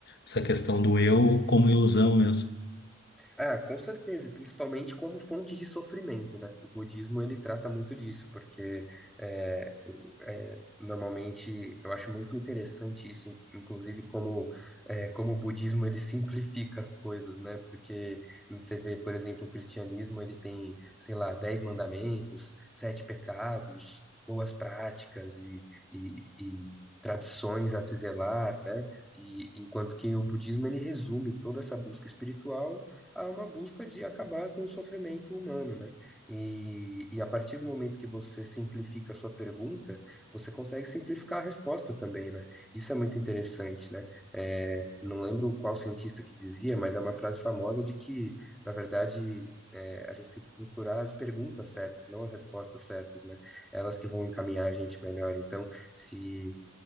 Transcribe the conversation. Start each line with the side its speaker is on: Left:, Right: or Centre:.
Left: Essa questão do eu como ilusão mesmo.
Centre: Ah, com certeza, principalmente como fonte de sofrimento, né? O budismo ele trata muito disso, porque é, o- é, normalmente eu acho muito interessante isso, in- inclusive como é, como o budismo ele simplifica as coisas, né? Porque você vê, por exemplo, o cristianismo ele tem, sei lá, dez mandamentos, sete pecados, boas práticas e, e, e tradições a se zelar, né? E enquanto que o budismo ele resume toda essa busca espiritual a uma busca de acabar com o sofrimento humano, né? E, e a partir do momento que você simplifica a sua pergunta, você consegue simplificar a resposta também, né? Isso é muito interessante, né? É, não lembro qual cientista que dizia, mas é uma frase famosa de que, na verdade, é, a gente tem que procurar as perguntas certas, não as respostas certas, né? Elas que vão encaminhar a gente melhor. Então, se